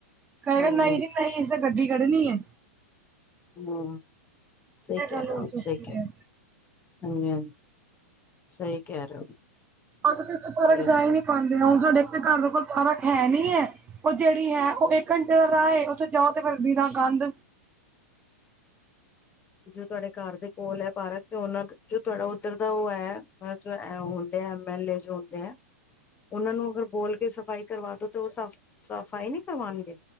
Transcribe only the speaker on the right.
ਕਹੇਗਾ
ਨਹੀਂ ਜੀ ਨਹੀਂ ਗੱਡੀ ਕੱਢਣੀ ਹੈ
ਇਹ
ਗੱਲ
ਹੋ
ਚੁੱਕੀ
ਹੈ।
ਅਗ ਤੇ
ਫਰਕ
ਜਾ
ਹੀ ਨੀ ਪਾਂਦਾ। ਹੁ ਸਾਡੇ ਘਰ ਦੇ ਕੋਲ ਪਾਰਕ ਹੈ ਨੀ ਐ। ਉਹ ਜਿਹੜੀ ਹੈ ਉਹ ਇੱਕ ਘੰਟੇ ਦਾ ਰਾਹ ਹੈ ਉੱਥੇ ਜਾਓ ਤੇ ਕਰਦੀ ਦਾ ਕੰਧ।